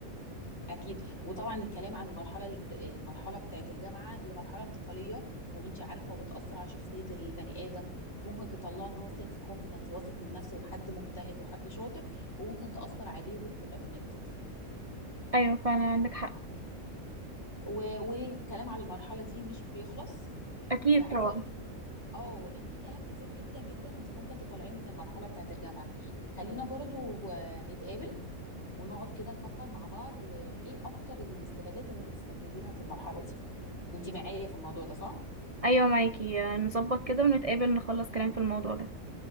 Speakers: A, on the left; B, on the right.
A: اكيد وطبعا الكلام عن المرحله الاكت... المرحله بتاعه الجامعه هي مرحله انتقاليه وانت عارفه وبتاثر على شخصيه البني ادم ممكن تطلعه ان هو سيلف كونفيدنس واثق من نفسه وحد مجتهد وحد شاطر وممكن تاثر عليه وتبقى بالنيجاتيف
B: أيوة فعلا عندك حق
A: و... والكلام على المرحله دي مش بيخلص
B: أكيد
A: وعايزه
B: طبعا
A: اقول لك ان اه ان في كلام كتير جدا جدا انت ممكن تطلعيه من المرحله بتاعه الجامعه خلينا برضو آه، نتقابل ونقعد كده نفكر مع بعض آه، ايه اكتر الاستفادات اللي ممكن تستفيديها في المرحله دي انت معايا في الموضوع ده صح
B: أيوة معاكي آه، نظبط كده ونتقابل نخلص كلام في الموضوع ده